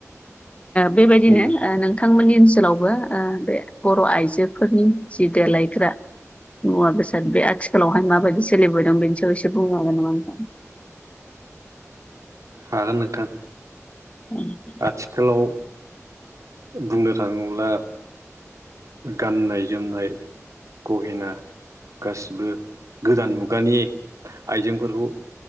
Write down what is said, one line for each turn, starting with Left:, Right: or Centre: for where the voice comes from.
Left: बेबायदिनो
Right: उम
Left: नोंथांमोननि ओनसोलावबो बे बर' आइजोफोरनि जि देलायग्रा मुवा बेसाद बे आथिखालावहाय माबायदि सोलिबायदोंं बेनि सायाव एसे बुंनो हागोन नामा नोंथां <inaudible>
Right: हागोन नोंथां
Left: औ
Right: आथिखालाव बुंनो थाङोब्ला गाननाय जोमनाय गहिना गासिबो गोदान मुगानि आइजेंफोरखौ